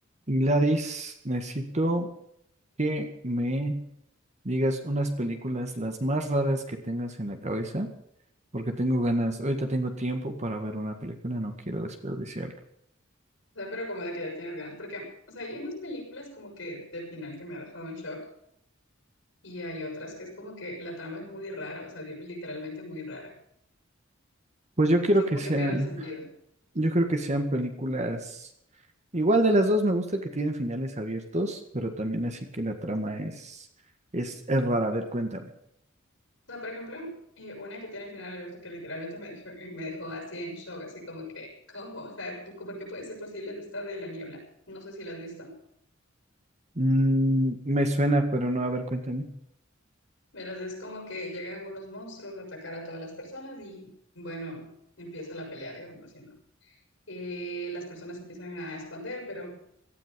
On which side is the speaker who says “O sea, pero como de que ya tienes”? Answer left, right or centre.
Left